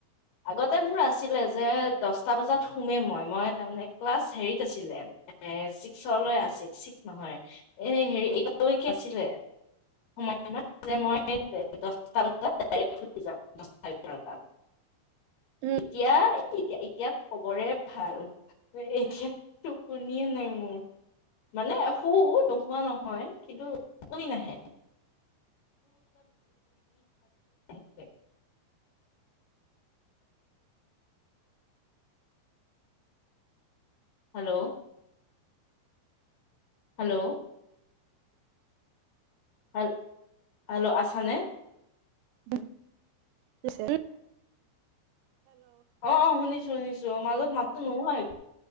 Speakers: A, on the left; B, on the right.
A: আগতে মোৰ আছিলে যে দচটা বজাত শুমে মই, মই তাৰমানে ক্লাছ হেৰিত আছিলে এ, ছিক্সলৈ আছিল ছিক্স। নহয় এ, হেৰি এতিালৈকে আছিলে। <unintelligible>
B: উম
A: এতিয়াই? এতিয়া - এতিয়া কবৰে ভাল, এতিয়া টোপনিয়ে নাই মোৰ। মানে শু নোহোৱা নহয় কিন্তু টোপনি নাহে। <unintelligible> হেল্ল', হেল্ল', হেল হেল্ল', আছানে?
B: উম, উম্চ
A: অ-অ, শুনিছো-শুনিছো মাজত মাতটো নোহোৱা হৈ